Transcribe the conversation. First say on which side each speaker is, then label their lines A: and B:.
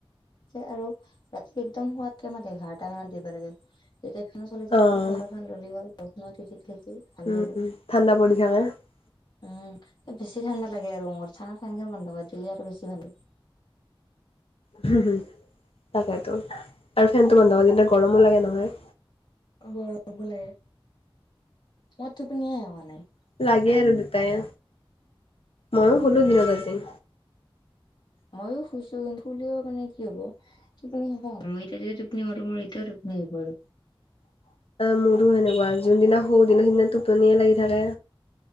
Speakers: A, on the left (about 50°); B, on the left (about 85°).
A: যে আৰু ৰাতি একদম শোৱাৰ টাইমত এঘাৰটা মানত দিব লাগে। এতিয়া ফেনো চলি থাকিব
B: অ'
A: অলপমান ললি হ'ল বৰষুণত তিতি থাকি ভালে
B: উম
A: হ'ব।
B: ঠাণ্ডা পৰি থাকে।
A: উম, বেছি ঠাণ্ডা লাগে ৰুমত। ঠাণ্ডাত ফেনখন বন্ধ কৰে দিলে আৰু বেছি ভাল।
B: হম, হম। তাকেইতো, আৰু ফেনটো বন্ধ কৰি দিলে গৰমো লাগে নহয়।
A: গৰমো লাগে। মোৰ টোপনিয়ে হোৱা নাই।
B: লাগে আৰু দুটাইয়ে। মইয়ো শুলো দিনত আজি।
A: মইয়ো শুইছোঁ কিন্তু শুলেও মানে কি হ'ব, টোপনি নহ'ল। মই এতিয়া যদি টোপনি মাৰো মোৰ এতিয়াও টোপ নি আহিবই।
B: <inaudible> আহ মোৰো সেনেকুৱা যোনদিনা সৰুদিনা সিদিনা টোপনিয়ে লাগি থাকে।